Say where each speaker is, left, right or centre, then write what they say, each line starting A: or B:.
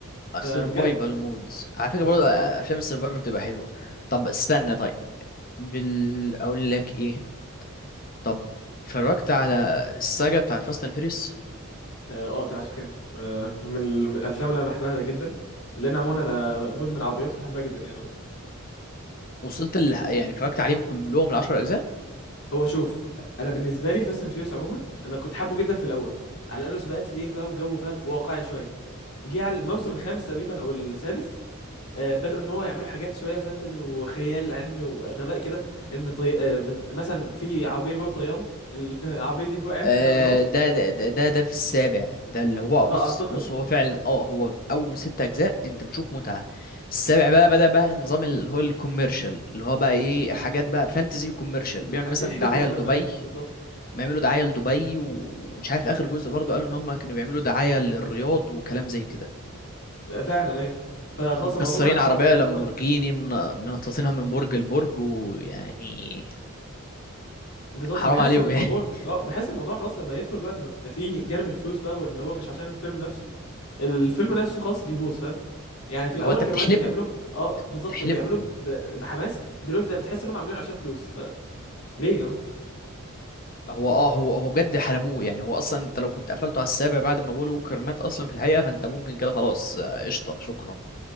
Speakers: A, on the left; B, on the left.
A: فبجد
B: سرفايفل مودز على فكره
A: بالظبط
B: برضه آه،
A: اه
B: افلام السرفايفل بتبقى حلوه طب استنى طيب بال اقول لك ايه طب اتفرجت على الساجا بتاعت فاست اند فيريس
A: اه آه، تابعته كامل آه من الافلام اللي انا بحبها جدا لان عموما انا مدمن عربيات وبحبها جدا يعني عموما
B: وصلت ال... يعني اتفرجت عليهم كلهم العشر اجزاء
A: هو شوف انا بالنسبه لي فاست اند فيوس عموما انا كنت حابه جدا في الاول على انه سباقات ليل بقى وجو فاهم واقعي شويه جه على الموسم الخامس تقريبا او السادس آه بدأوا ان هو يعملوا حاجات شويه فانتزي وخيال علمي وغباء كده ان طي... آه من مثلا في عربيه جوه طياره <laughs> العربيه دي وقعت
B: آه،
A: كده من الهواء
B: ده ده ده ده في السابع ده اللي هو
A: اه
B: بص
A: اعتقد
B: بص هو فعلا
A: فاهم؟
B: اه هو اول ست اجزاء انت بتشوف متعة السابع بقى بدأ بقى نظام اللي هو الكوميرشال اللي هو بقى ايه حاجات بقى فانتزي وكوميرشال بيعمل
A: عايزين
B: مثلا
A: يحلبوا
B: دعاية
A: الفيلم
B: لدبي
A: ايوه بالظبط
B: بيعملوا دعاية لدبي و- ومش عارف اخر جزء برضو قالوا ان هم كانوا بيعملوا دعاية للرياض وكلام زي كده
A: آه، فعلا ايوه فخلاص
B: ومكسرين
A: الموضوع بقى
B: عربية
A: خلاص ان
B: لامبورجيني
A: هم
B: من- منططينها من برج لبرج ويعني
A: بالظبط
B: حرام
A: أنا بحس
B: عليهم
A: ان الموضوع
B: يعني
A: اه بحس ان الموضوع خلاص لما يدخل بقى ان إن في جانب الفلوس بقى وان هو مش عشان الفيلم نفسه الفيلم نفسه خلاص بيبوظ فاهم
B: <laughs>
A: يعني في الاول
B: هو انت
A: كانوا
B: بتحلبه
A: ماشي بيعملوا ب... اه
B: انت
A: بالظبط
B: بتحلبه
A: كانوا بيعملوا ب... بحماس دلوقتي لا بتحس انهم عاملينه عشان فلوس فليه يا جماعه
B: هو اه هو هو بجد حلبوه يعني هو اصلا انت لو كنت قفلته على السابع بعد ما بول ووكر مات اصلا في الحقيقه فانت ممكن كده خلاص آه، قشطه شكرا